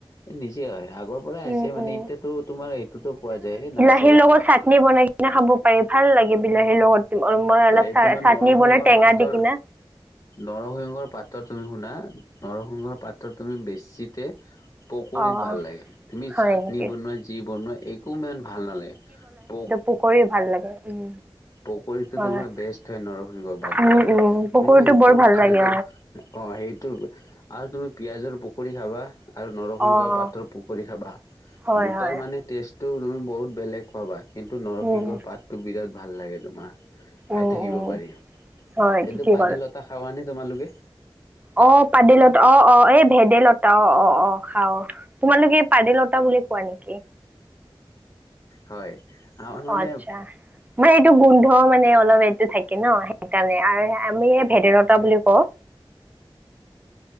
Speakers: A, on the left (about 45°); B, on the right (about 15°).
A: নিজে হয় আগৰ পৰাই
B: উম,
A: আছে মানে
B: উম।
A: এতিয়াতো তোমাৰ সেইটোতো পোৱা যায় সেই নাৰ্চ
B: বিলাহিৰ লগত চাটনি বনাই কিনে খাব পাৰি ভাল লাগে বিলাহীৰ লগত। মই অলপ
A: এই
B: চা
A: তোমাৰ
B: চাটনি
A: নৰসিংহৰ
B: বনাই টেঙা
A: পাতৰ
B: দি কিনে,
A: নৰসিংহৰ পাতৰ তুমি শুনা নৰসিংহৰ পাত তুমি বেছিতে পকৰীত
B: অ',
A: ভাল লাগে, তুমি
B: হয়
A: চাটনি
B: নেকি?
A: বনোৱা যি বনোৱা একো ইমান ভাল নালাগে। প
B: পকৰিৰ ভাল লাগে উম
A: পকৰিতো
B: হয়,
A: তোমাৰ বেষ্ট হয় নৰসিংহ পাতৰ
B: উম, উম, পকৰীটো
A: মই সেইটো
B: বৰ ভাল
A: খাইকে
B: লাগে
A: অ সেইটো আৰু তুমি পিয়াজৰ পকৰি খাবা আৰু নৰসিংহ
B: অঁ
A: পাতৰ পকৰি খাবা
B: হয়
A: দুটাৰ
B: হয়
A: মানে টেষ্ট টো তুমি বহুত বেলেগ পাবা কিন্তু নৰসিংহ
B: উম,
A: পাতটো বিৰাট ভাল লাগে তোমাৰ খাই
B: উম,
A: থাকিব
B: উম,
A: পাৰি
B: হয়
A: এইটো
B: ঠিকেই
A: পাদিলতা খাৱ নে তোমালোকে?
B: অ পাদিলতা অ অ এই ভেদাইলতা অ অ অ খাওঁ। তোমালোকে পাদিলতা বুলি কোৱা নেকি?
A: হয় আমাৰ
B: অ
A: মানে
B: আচ্ছা, মানে এইটো গোন্ধ মানে অলপ এইটো থাক ন সেইকাৰণে আৰু আমি ভেদেল বুলিও কওঁ।